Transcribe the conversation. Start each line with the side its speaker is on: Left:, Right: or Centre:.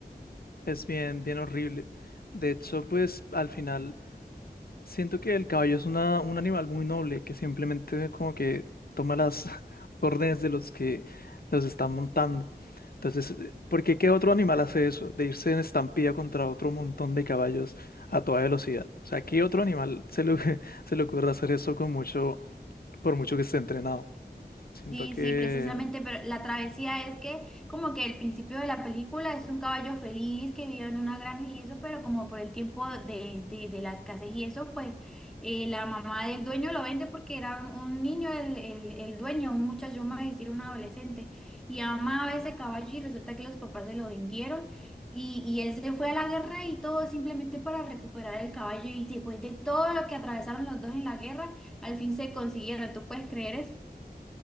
Left: Es bien, bien horrible. De hecho, pues al final Siento que el caballo es una, un animal muy noble que simplemente como que toma las <laughs> órdenes de los que los están montando. Entonces, eh, ¿por qué qué otro animal hace eso? De irse en estampida contra otro montón de caballos a toda velocidad. O sea, ¿qué otro animal se le, <laughs> se le ocurre hacer eso con mucho, por mucho que esté entrenado? Siento
Centre: Sí,
Left: que
Centre: sí, precisamente, pero la travesía es que como que el principio de la película es un caballo feliz que vive en una granja y eso, pero como por el tiempo de, de, de la escasez y eso, pues eh, la mamá del dueño lo vende porque era un niño el, el, el dueño, un muchacho, vamos a decir un adolescente, y amaba ese caballo y resulta que los papás se lo vendieron y, y él se fue a la guerra y todo simplemente para recuperar el caballo y después de todo lo que atravesaron los dos en la guerra, al fin se consiguieron, ¿tú puedes creer eso?